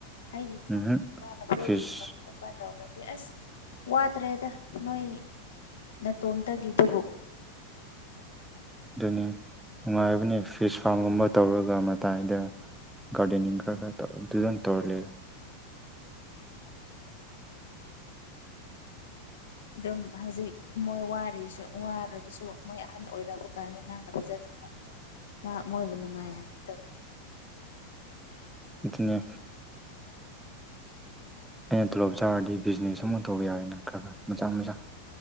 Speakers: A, on the left; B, in the centre.
A: ꯑꯩꯒꯤ ꯐꯥꯝꯒꯨꯝꯕ
B: ꯎꯝꯍꯨꯝ
A: ꯅꯈꯣꯏꯒꯤ
B: ꯐꯤꯁ
A: ꯐꯥꯝꯒꯨꯝꯕ ꯇꯧꯒꯅꯤ ꯑꯁ ꯋꯥꯠꯇ꯭ꯔꯦꯗ ꯅꯣꯏ ꯅꯇꯣꯝꯇꯒꯤꯗꯨꯕꯨ
B: ꯑꯗꯨꯅꯤ ꯅꯨꯡꯉꯥꯏꯕꯅꯤ ꯐꯤꯁ ꯐꯥꯔꯝꯒꯨꯝꯕ ꯇꯧꯔꯒ ꯃꯇꯥꯏꯗ ꯒꯥꯔꯗꯦꯅꯤꯡꯡ ꯔꯒ ꯗꯨꯖꯟ ꯇꯧꯔ ꯂꯩ
A: ꯑꯗꯨꯝ ꯍꯧꯖꯤꯛ ꯃꯣꯏꯁꯨ ꯋꯥꯒꯁꯨ ꯃꯣꯏ ꯑꯍꯟ ꯑꯣꯏꯛꯑ ꯀꯥꯟꯗ ꯉꯅꯥꯅ ꯐꯖꯅꯕ
B: <inaudible>
A: ꯃꯥ ꯃꯣꯏꯕꯨꯅꯨꯡꯉꯥꯏ ꯃꯤꯗ
B: ꯑꯗꯨꯗꯒꯤꯅꯦ ꯑꯩꯅ ꯇꯣꯂꯣꯞ ꯆꯥꯔꯗꯤ ꯕꯤꯖꯤꯅꯦꯁ ꯑꯃ ꯇꯧꯕ ꯌꯥꯔꯦꯅ ꯈꯔ ꯈꯔ ꯃꯆꯥ ꯃꯆꯥ